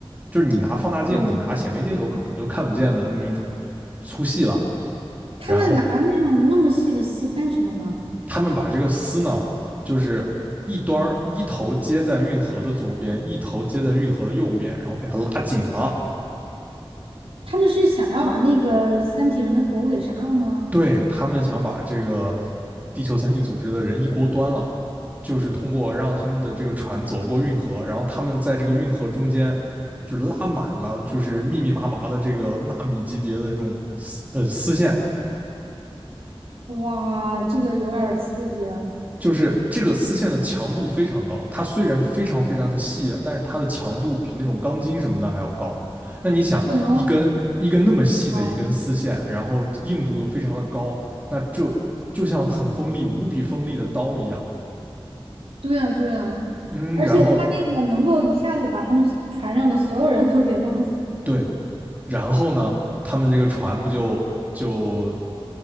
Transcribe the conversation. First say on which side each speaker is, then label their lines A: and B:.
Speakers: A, on the right (about 15°); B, on the right (about 85°).
A: 就是你拿放大镜、
B: 对，
A: 你拿显微镜都可能就看不见的那么一种粗细了。
B: 他们拿那种那么细的丝干什么呢？
A: 然后他们把这个丝呢，就是一端一头接在运河的左边，一头接在运河的右面，然后给它拉紧了。
B: 他们是想要把那个三体人的狗给杀了吗？
A: 对，他们想把这个地球三体组织的人一锅端了，就是通过让他们的这个船走过运河，然后他们在这个运河中间就拉满了，就是密密麻麻的这个纳米级别的这种丝线，
B: 哇，这个有点儿刺激了，
A: 就是这个丝线的强度非常高，它虽然非常非常的细啊，但是它的强度比那种钢筋什么的还要高。那你想，
B: 就能，
A: 一根一根那么细的一根丝线，
B: 啊！
A: 然后硬度又非常的高，那就就像很锋利、无比锋利的刀一样。
B: 对啊对啊，
A: 嗯，
B: 而且他那个能够一下子把他们船上的所有人都给弄死。
A: 然后对，然后呢，他们这个船不就就